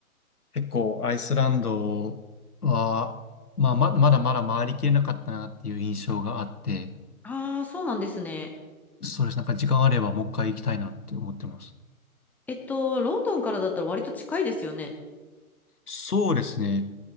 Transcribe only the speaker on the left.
結構アイスランドは、まあ、まだまだまだ回りきれなかったなっていう印象があって、
そうです。なんか時間あればもう一回行きたいなって思ってます。
そうですね。